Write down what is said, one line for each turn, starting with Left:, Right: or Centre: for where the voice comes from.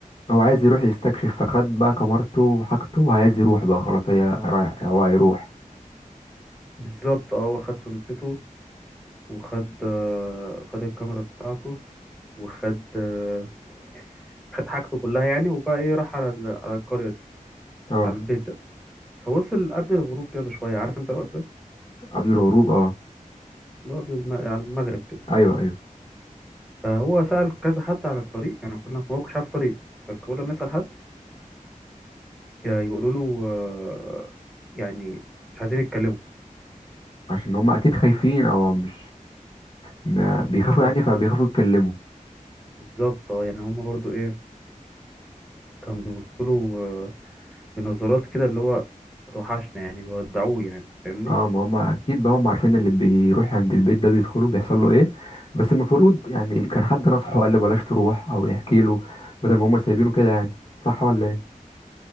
Left: هو عايز يروح يستكشف فخد بقى كمارته وحاجته وعايز يروح بقى خلاص هي رايح هو هيروح
Centre: بالظبط اه هو خد شنطته وخد آه، خد الكاميرا بتاعته وخد آه، خد حاجته كلها يعني وبقى ايه راح على ال- على القرية دي
Left: اه
Centre: على البيت ده فوصل قبل الغروب كده بشوية عارف انت الوقت ده
Left: قبل الهروب اه
Centre: اللي هو قبل الم... على المغرب كده
Left: ايوه ايوه
Centre: فهو سأل كذا حد عن الطريق يعني كنا ما هو مش عارف طريق فكل ما يسأل حد يا- يقولوا له آه، يعني مش عايزين يتكلموا
Left: عشان هم اكيد خايفين او مش ما بيخافوا
Centre: بالظبط
Left: يعني فبيخافوا يتكلموا
Centre: بالظبط اه يعني هما برضو ايه كانوا بيبصوا له آه، من نظرات كده اللي هو هتوحشنا يعني بيودعوه يعني أنت فاهمني
Left: اه ما هم اكيد بقى هم عارفين اللي بيروح عند البيت ده بيدخله بيحصل له ايه بس المفروض يعني كان حد نصحه قال له بلاش تروح او يحكي له بدل ما هم سايبينه كده يعني صح ولا ايه